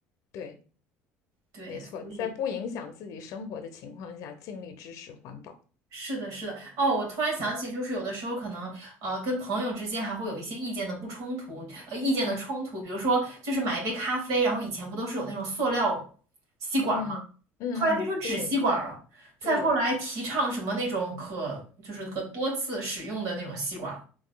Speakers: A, on the left; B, on the right.
A: 对，
B: 对，
A: 没错，
B: 所以
A: 在不影响自己生活的情况下，尽力支持环保。
B: 是的，是的，哦，我突然想起，就是有的时候可能呃跟朋友之间还会有一些意见的不冲突，呃，意见的冲突，
A: 嗯
B: 比如说就是买一杯咖啡，然后以前不都是有那种塑料吸管儿吗？
A: 嗯嗯嗯，
B: 后来变成纸吸管了，
A: 对对，
B: 再后来提倡什么那种可就是可多次使用的那种吸管